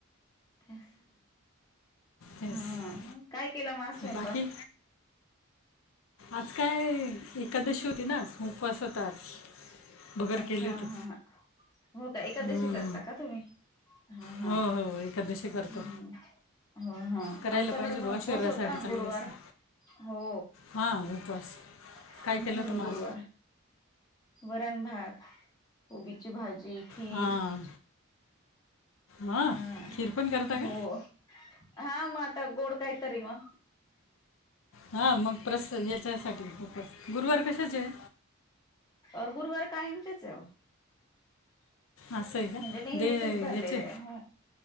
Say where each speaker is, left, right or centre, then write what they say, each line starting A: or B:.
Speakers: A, on the left; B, on the left.
A: तेच
B: तेच
A: हा काय केलं मग आज स्वयंपाक.
B: बाकी आज काय एकादशी होती ना आज. उपवास होता आज. भगर
A: अच्छा.
B: केली
A: ह
B: होती
A: ह ह हो का एकादशी
B: हम्म.
A: करता का तुम्ही. हा हा
B: हो हो एकादशी करतो
A: हम्म हा हा
B: करायला
A: आमच्याकडे
B: पाहिजे बुवा
A: पण उपवास
B: शरीरासाठी
A: होता
B: चांगली
A: गुरुवार.
B: असते
A: हो.
B: हां उपवास
A: हम्म
B: काय केलं होतं माझ
A: गुरुवार. वरण भात कोबीची भाजी. ती खीर
B: हां हां
A: हा
B: खीर पण करता का
A: हो हा मग आता गोड काय तरी म
B: हा मग प्रस् याच्यासाठी उपवास गुरुवार कशाचे आहे.
A: अ गुरुवार कायमचेच आहे अहो.
B: असं आहे का
A: म्हणजे नेहमीचेच
B: दे
A: धरलेले
B: याचे
A: आहे.